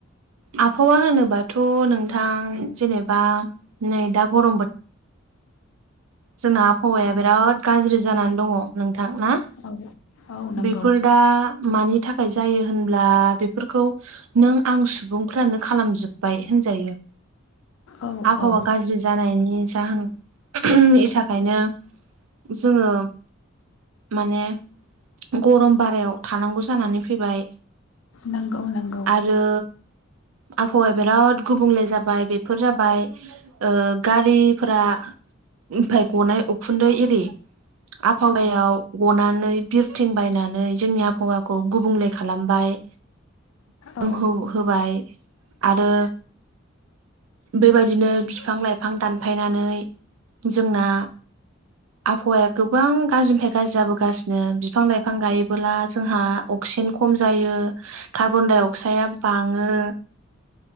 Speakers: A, on the right (about 80°); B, on the left (about 75°).
A: आबहावा होनोबाथ' नोंथां जेनेबा नै दा गरम बो जोंना आबहावाया
B: औ
A: बिराद गाज्रि जानानै दङ नोंथां ना?
B: औ औ नंगौ
A: बेफोर दा मानि थाखाय जायो होनब्ला बेफोरखौ नों आं सुबुं फोरानो खालामजोबबाय होनजायो
B: औ
A: आबहावा
B: औ
A: गाज्रि जानायनि जाहोन <unintelligible> नि थाखायनो जोङो माने गरम बारायाव थानांगौ जानानै फैबाय
B: नोंगौ नोंगौ
A: आरो आबहावाया बिराद गुबुंले जाबाय बे फोर जाबाय ओ गारिफोरा ओमफाय गनाय उखुन्दै एरि आबहावायाव
B: औ
A: गनानै बिरथिं बायनानै जोंनि आबहावाखौ गुबुंले खालामबाय
B: औ
A: होबाय आरो बेबायदिनो बिफां लाइफां दानफायनानै जोंना आबहावाया गोबां गाज्रिनिफ्राय गाज्रि जाबोगासिनो नो बिफां लाइफां गायोबोला जोंहा अक्सिजेन खम जायो कार्बन दडाइ अक्साइडआ बाङो